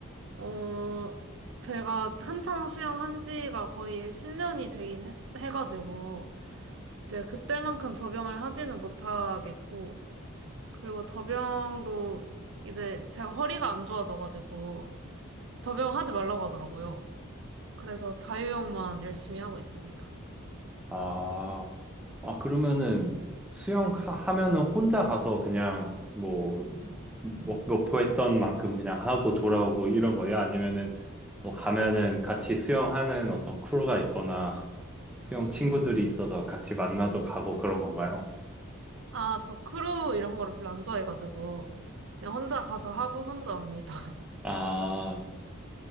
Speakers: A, on the right; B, in the centre.
A: 어, 제가 한창 수영한 지가 거의 10년이 되긴 했, 해가지고, 이제 그때만큼 접영을 하지는 못하겠고, 그리고 접영도 이제 제가 허리가 안 좋아져가지고, 접영하지 말라고 하더라고요. 그래서 자유형만 열심히 하고 있습니다.
B: 아, 아, 그러면은, 수영 하, 하면은 혼자 가서 그냥, 뭐, 목, 목표했던 만큼 그냥 하고 돌아오고 이런 거야? 아니면은, 뭐, 가면은 같이 수영하는 어떤 크루가 있거나, 수영 친구들이 있어서 같이 만나서 가고 그런 건가요?
A: 아, 저 크루 이런 거를 별로 안 좋아해가지고, 그냥 혼자 가서 하고 혼자 옵니다. <laughs>
B: 아,